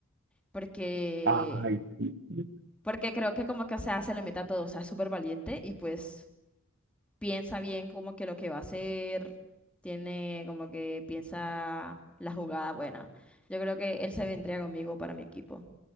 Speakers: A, in the centre; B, on the right.
A: Porque,
B: Ay, sí, sí,
A: porque creo que como que o sea, se le mete a todo. O sea, es súper valiente y pues piensa bien como que lo que va a hacer. Tiene como que piensa la jugada buena. Yo creo que él se vendría conmigo para mi equipo.